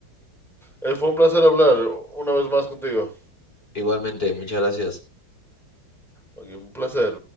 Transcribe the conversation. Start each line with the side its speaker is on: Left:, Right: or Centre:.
Centre: Eh, fue un placer hablar una vez más contigo.
Left: Igualmente, muchas gracias.
Centre: Ok, un placer.